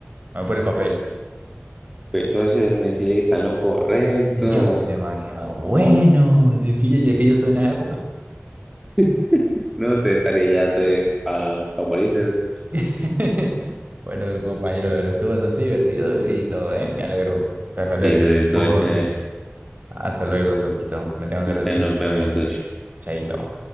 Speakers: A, on the right (about 45°); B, in the centre.
A: vamos por el papel.
B: Pues, socio, déjeme decirle que está en lo correcto.
A: Yo soy demasiado bueno. sí, pilla, Yo es que yo estoy en esa época.
B: <laughs> No, usted estaría ya de pa, pa morirse, socio.
A: <laughs> Bueno, compañero, la verdad estuvo bastante divertido y todo, ¿eh? Me alegro. Placer,
B: Sí, socio,
A: un
B: socio.
A: poco con usted. Hasta luego, Sotito. Me tengo
B: Entonces
A: que retirar.
B: nos vemos, socio.
A: Chaito.